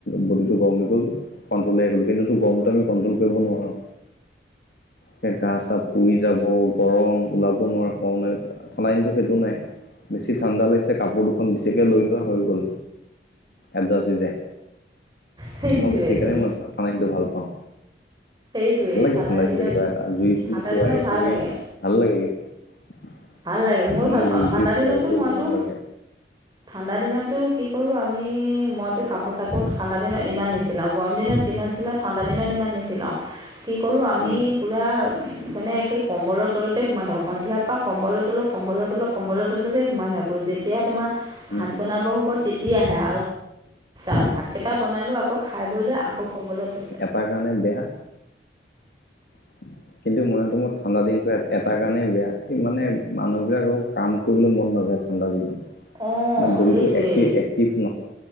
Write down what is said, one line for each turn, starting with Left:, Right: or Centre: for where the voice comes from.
Left: বডিটো গৰম হৈ গ'ল কণ্ট্ৰল আহি গ'ল কিন্তুটো গৰমটো আমি কন্ট্ৰল কৰিব নোৱাৰো। সেই গাছ পুৰি যাব, গৰম ওলাব নোৱাৰা কাৰণে ঠান্দা দিনটো সেইটো নাই, বেছি ঠাণ্ডা লাগিছে কাপোৰ দুখন বেছিকে লৈ লোৱা হৈ গ'ল। এটযাচ হৈ যায়।
Right: সেইটোৱেইটো
Left: মই আকৌ সেইকাৰণে মই ঠাণ্ডা দিনতো ভাল পাওঁ
Right: সেইটোৱেই
Left: ভাল লাগে ঠাণ্ডা
Right: দিনত
Left: দিনতো কিবা এটা জুই
Right: ঠাণ্ডা
Left: খোৱাই
Right: দিনত ভাল
Left: কৰি
Right: লাগে
Left: ভাল লাগে কিন্তু
Right: ভাল লাগে ময়ো
Left: মানে
Right: ভাল পাওঁ
Left: জুই
Right: ঠাণ্ডা
Left: চুই ফুৱাই
Right: দিনতটো
Left: কৰি
Right: মইতো
Left: ভাল লাগে
Right: ঠাণ্ডা দিনততো কি কৰোঁ আমি মইতো কাপোৰ চাপোৰ ঠাণ্ডা দিনত ইমান নিচিলাওঁ গৰম দিনত যিমান ছিলাও ঠাণ্ডা দিনত ইমান নিছিলাও কি কৰোঁ আমি
Left: উম
Right: পূৰা মানে একে কম্বলৰ তলতে সোমাই থাকো সন্ধিয়া পা কম্বলৰ তলপ কম্বলৰ তলপ কম্বলৰ তলতেই সোমাই থাকোঁ যেতিয়া তোমাৰ ভাত
Left: উম
Right: বনাব হ'ব তেতিয়াহে আৰু
Left: উম
Right: ভাতকেইটা বনাইলৈ আকৌ খাই বৈ লৈ আকৌ কম্বলৰ তলতে
Left: তাৰ কাৰণে বেয়া <unintelligible> কিন্তু ময়টো মই ঠাণ্ডা দিনটো এট এটা কাৰণেই বেয়া এই মানে মানুহবিলাকৰ একো কাম কৰিবলে মন নাযায় ঠাণ্ডা দিনত
Right: অঁ
Left: মানে বডিটো
Right: সেইটোৱে
Left: এক্টি এক্টিভ নহয়।